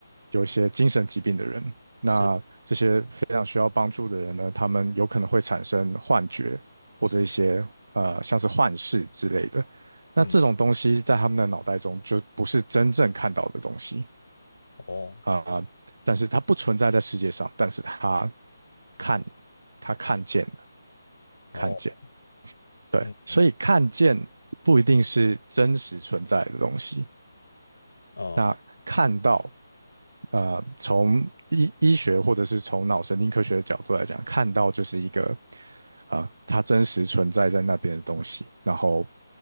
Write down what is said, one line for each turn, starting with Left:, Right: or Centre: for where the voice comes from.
Right: 有一些精神疾病的人，那这些非常需要帮助的人呢，
Left: 是
Right: 他们有可能会产生幻觉或者一些呃像是幻视之类的。
Left: 是，
Right: 那这种东西在他们的脑袋中就不是真正看到的东西
Left: 嗯，哦
Right: 啊，但是它不存在在世界上，但是它看，他看见了，
Left: 哦，
Right: 看见。
Left: 是。
Right: 对，所以看见不一定是真实存在的东西。
Left: 嗯哦，
Right: 那看到，呃，从医医学或者是从脑神经科学的角度来讲，看到就是一个，啊，它真实存在在那边的东西。然后